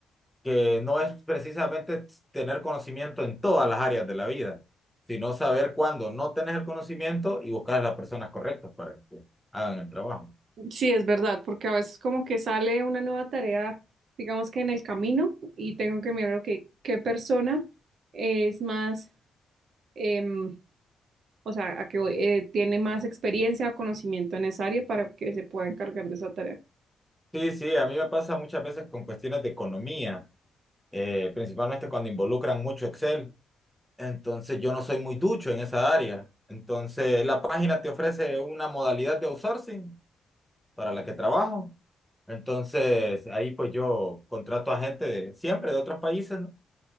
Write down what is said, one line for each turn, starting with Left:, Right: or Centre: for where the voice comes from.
Centre: que no es precisamente tener conocimiento en todas las áreas de la vida, sino saber cuándo no tenés el conocimiento y buscar a las personas correctas para que hagan el trabajo.
Right: Sí, es verdad, porque a veces como que sale una nueva tarea, digamos que en el camino, y tengo que mirar, ok, qué persona es más, em, o sea, a que voy, eh, tiene más experiencia o conocimiento en esa área para que se pueda encargar de esa tarea.
Centre: Sí, sí, a mí me pasa muchas veces con cuestiones de economía, eh, principalmente cuando involucran mucho Excel. Entonces yo no soy muy ducho en esa área. Entonces la página te ofrece una modalidad de outsourcing para la que trabajo. Entonces ahí pues yo contrato a gente de, siempre de otros países, ¿no?